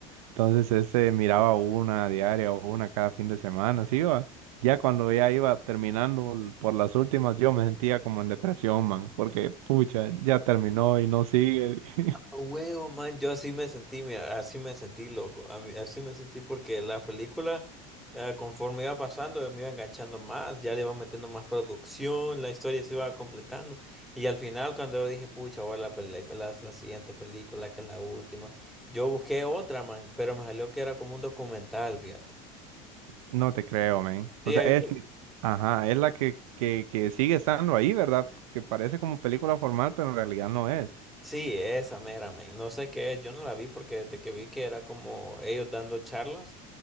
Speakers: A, on the right; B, in the centre.
A: Entonces este miraba una diaria o una cada fin de semana, así va. Ya cuando ya iba terminando l- por las últimas, yo me sentía como en depresión, man, porque pucha, ya terminó y no sigue. <laughs>
B: Huevo, man, yo así me sentí, mira, así me sentí loco, a mí- así me sentí porque la película eh, conforme iba pasando, me iba enganchando más, ya le iban metiendo más producción, la historia se iba completando, y al final cuando yo dije, pucha, voy a la película, la, siguiente película, que es la última, yo busqué otra, man, pero me salió que era como un documental, fíjate.
A: No te creo, men.
B: Sí,
A: O sea,
B: hay
A: es,
B: un
A: ajá, es la que, que, que sigue estando ahí, ¿verdad? Que parece como película formal, pero en realidad no es.
B: Sí, esa mera, men. No sé qué es, yo no la vi porque desde que vi que era como ellos dando charlas,